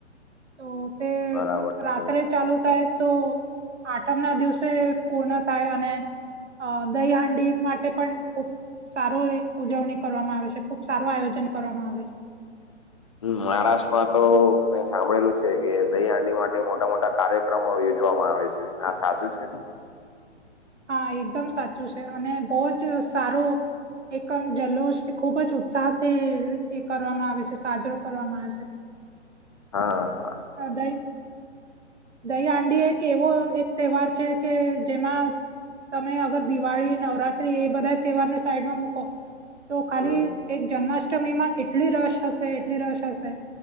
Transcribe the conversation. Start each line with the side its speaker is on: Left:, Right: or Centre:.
Right: તો તે
Left: બરાબર
Right: સ રાત્રે
Left: છે
Right: ચાલુ થાય તો આઠમ ના દિવસે પૂર્ણ થાય અને અહ દહી હાંડી માટે પણ ખૂબ સારું એ ઉજવણી કરવામાં આવે છે ખુબ સારું આયોજન કરવામાં આવે છે.
Left: હમ્મ મહારાષ્ટ્રમાં તો મેં સાંભળેલું છે કે દહી હાંડી માટે મોટા મોટા કાર્ય ક્રમો યોજવામાં આવે છે આ સાચું છે.
Right: હા એકદમ સાચું છે અને બઉ જ સારું એકમ જલોષ ખુબ જ ઉત્સાહથી એ કરવામાં આવે છે સાજરો કરવામાં આવે છે.
Left: હા.
Right: હગાઈ દહીહાડી એક એવો એક તહેવાર છે કે જેમાં તમે અગર દિવાળી નવરાત્રી એ બધાં તહેવારને સાઈડમાં મૂકો. તો ખાલી
Left: હમ
Right: એક જન્માષ્ટમીમાં એટલી રસ હશે એટલી રસ હશે.